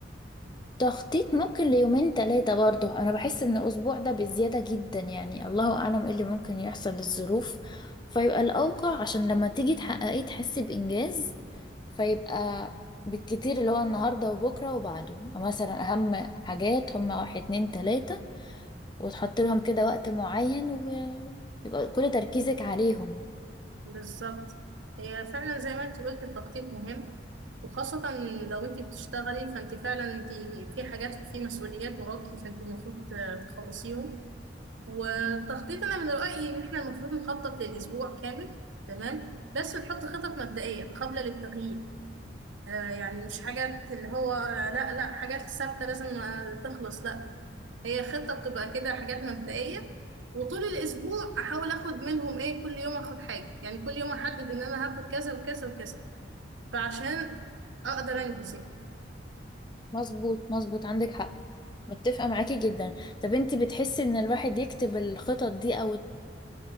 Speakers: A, on the left; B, on the right.
A: تخطيط ممكن ليومين تلاتة برضه أنا بحس إن الأسبوع ده بزيادة جدا يعني الله أعلم إيه اللي ممكن يحصل للظروف فيبقى الأوقع عشان لما تيجي تحققيه تحسي بإنجاز فيبقى بالكتير اللي هو النهاردة وبكرة وبعده مثلا أهم حاجات هما واحد اتنين تلاتة وتحط لهم كده وقت معين ويبقى كل تركيزك عليهم
B: بالظبط هي فعلا زي ما انت قلت التخطيط مهم وخاصة لو انت بتشتغلي فانت فعلا انت في حاجات في مسؤوليات وراكي فانت المفروض تخلصيهم والتخطيط انا من رأيي ان احنا المفروض نخطط للأسبوع كامل تمام بس نحط خطط مبدئية قابلة للتغيير آه، يعني مش حاجات اللي هو لا لا حاجات ثابتة لازم آه، تخلص لا هي خطة بتبقى كده حاجات مبدئية وطول الأسبوع أحاول أخد منهم إيه كل يوم أخد حاجة يعني كل يوم أحدد إن أنا هاخد كذا وكذا وكذا فعشان أقدر أنجز يعني
A: مظبوط مظبوط عندك حق متفقة معاكي جدا طب انتي بتحسي إن الواحد يكتب الخطط دي أو